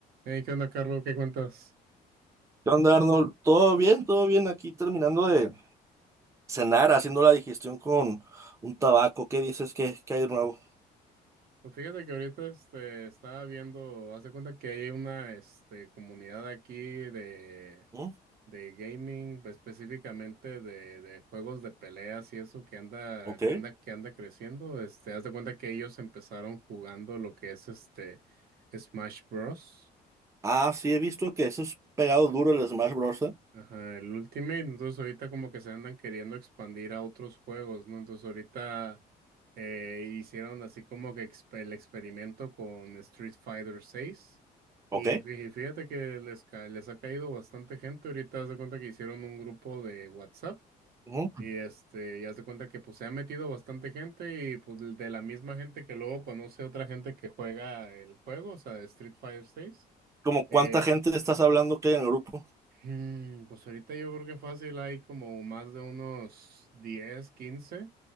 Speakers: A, on the right; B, on the right.
A: Hey, ¿qué onda, Carlos? ¿Qué cuentas?
B: ¿Qué onda, Arnold? ¿Todo bien? ¿Todo bien? Aquí terminando de cenar, haciendo la digestión con un tabaco. ¿Qué dices que, que hay de nuevo?
A: Pues fíjate que ahorita este, estaba viendo, haz de cuenta que hay una este, comunidad aquí de,
B: ¿Mm?
A: de gaming, pues, específicamente de, de juegos de peleas y eso que anda,
B: ¿Ok?
A: que anda, que anda creciendo. Este, haz de cuenta que ellos empezaron jugando lo que es este Smash Bros.
B: Ah, sí, he visto que eso es pegado duro el Smash Bros. ¿eh?
A: Ajá, el Ultimate, entonces ahorita como que se andan queriendo expandir a otros juegos, ¿no? Entonces ahorita eh, hicieron así como que exp- el experimento con Street Fighter seis
B: ¿Ok?
A: y fí- y fíjate que les, ca- les ha caído bastante gente, ahorita haz de cuenta que hicieron un grupo de WhatsApp
B: ujú.
A: y este, ya haz de cuenta que pues se ha metido bastante gente y pues de la misma gente que luego conoce otra gente que juega el juego, o sea, Street Fighter seis
B: ¿Cómo cuánta
A: eh,
B: gente estás hablando que hay en el grupo?
A: Mm, pues ahorita yo creo que fácil hay como más de unos 10 quince